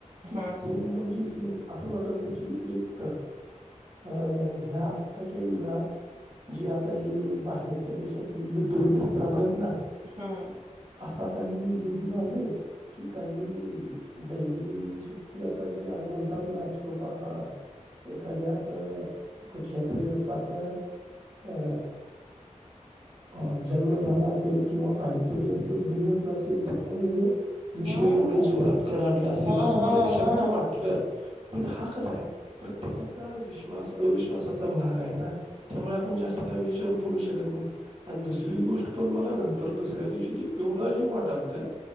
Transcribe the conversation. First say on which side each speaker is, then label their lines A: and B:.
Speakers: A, on the right; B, on the right.
A: कि
B: हा
A: सेम
B: हा
A: म्हणजे सेम. असं वाटायल त की, एक तर अ ह्या आत्ताच्या युगात जी <unintelligible> काही बाहेरच्या देशातली युद्ध वगैरे चालू आहेत ना?
B: हम्म.
A: असा काही युद्ध झालय कि काही दैवी शक्ती आता जी म्हणतात ना कि बाबा हा एखाद्या असं कुठल्या तरी रूपाच- अ अ जन्म झाला असेल किंवा काहीतरी असं बिनसलं असेसल त्यामुळे ही - विश्व
B: हा
A: एवढं जोरात कडाडलं असेल
B: हा
A: असं
B: हा
A: मला क्षणात
B: हा
A: वाटलं. पण हा कसाय? प्रत्येकाचा विश्वास, अविश्वासाचा भाग आहे ना? त्यामुळे आपण जास्त- काही विषयावर बोलू शकत नाही, आणि दुसरी गोष्ट मला नंतर दुसऱ्या दिवशी ते एवढं अजिब वाटाय लागलत